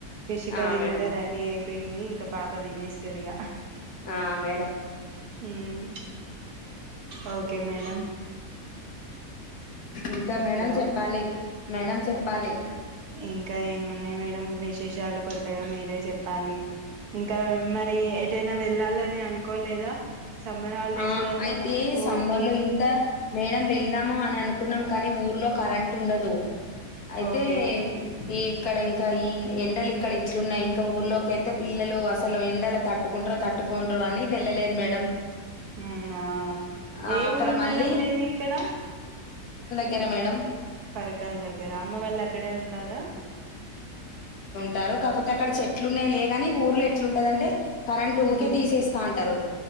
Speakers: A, on the right; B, on the left.
A: ఫిష్ కర్రీ
B: ఆ మేడం
A: కూడా రెడీ అయిపోయింది. ఇంకా పాప పాపాదిసేస్తది ఇగా
B: ఆ మేడం
A: మ్మ్ ఓక్ మేడం
B: ఇంకా మేడం
A: హలో
B: చెప్పాలి మేడం చెప్పాలి
A: ఇంకా ఏమున్నాయి మేడం విశేషాలు కొత్తగా మీరే చెప్పాలి ఇంకా మరి ఎటైనా వెళ్ళాలని అనుకోలేదా సమ్మర్ హాలిడేస్లలో
B: ఆ అయితే
A: ఊరికి
B: సమ్మర్ లో ఇంత మేడం వెళ్నమ్మ అని అనుకొ కున్నాం కానీ ఊరిలో కరెంట్ ఉండదు అయితే
A: ఓకే
B: ఈ ఇక్కడ ఇంకా ఈ ఎండలు ఇక్కడ ఇట్లున్నాయి. ఇంకా ఊర్లోకి వెళ్తే పిల్లలు అసలు ఎండలు తట్టుకుంట్రో తట్టుకుంట్ర అని వెల్లలేదు మేడం.
A: హ్మ్ అవ్నా
B: ఆ
A: ఏ
B: అక్కడ
A: ఊరు
B: మళ్ళీ
A: మేడం మీది ఇక్కడ
B: గర మేడం
A: పరకాల దగ్గర అమ్మ వాళ్ళు అక్కడే ఉంటారా
B: టారు కాకపోతే అక్కడ చెట్లు ఉన్నాయి. లే కాని ఊర్లో ఇట్లుంటదంటే కరెంట్ ఊకే
A: ఉమ్
B: తీసేస్తాంటరు.